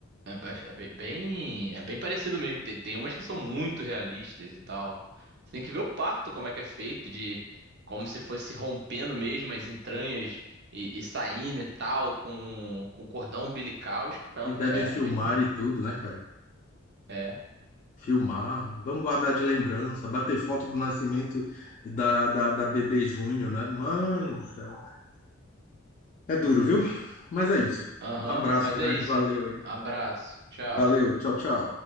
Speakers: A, on the right; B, on the left.
A: É, ba- é be- bem. É bem parecido mesmo. Tem, tem umas que são muito realistas e tal. Você tem que ver o parto, como é que é feito, de como se fosse rompendo mesmo as entranhas e, e saindo e tal, com, com cordão umbilical. Os Caramba,
B: E devem
A: é
B: filmar
A: bem.
B: e tudo, né, cara?
A: É.
B: filmar, vamos guardar de lembrança, bater foto do nascimento da, da, da bebê Júnior, né? Mano do céu. É duro, viu? Mas é isso.
A: Aham,
B: Um abraço
A: mas
B: grande,
A: é isso.
B: valeu aí.
A: Abraço. Tchau.
B: Valeu, tchau, tchau.